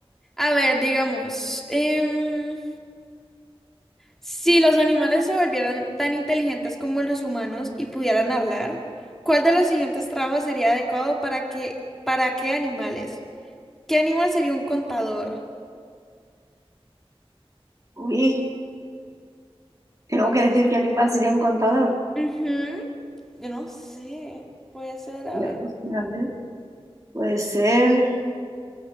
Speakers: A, in the centre; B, on the right.
A: A ver, digamos, em, si los animales se volvieran tan inteligentes como los humanos y pudieran hablar, ¿cuál de los siguientes trabajos sería adecuado para qué, para qué animales? ¿Qué animal sería un contador?
B: Uy, tengo que decir qué animal sería un contador.
A: Ujú, Yo no sé, puede ser, a
B: Yo
A: ver,
B: no sé, a ver, Puede ser